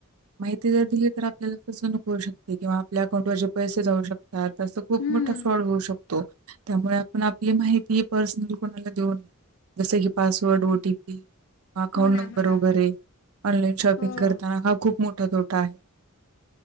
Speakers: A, on the right (about 75°); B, on the left (about 60°).
A: माहिती जर दिली तर, आपल्याला फसवणूक होऊ शकते, किंवा आपल्या अकाउंटवरचे पैसे जाऊ शकता हा... तसा खूप
B: हम्म
A: मोठा फ्रॉड होऊ शकतो. त्यामुळे आपण आपली माहिती, पर्सनल कोणाला देऊ नये... जसं की पासवर्ड, ओ टी पी अकाउंट
B: हो ना
A: नंबर
B: हो ना
A: वगैरे... ऑनलाईन शॉपिंग
B: हो
A: करताना हा खूप मोठा तोटा आहे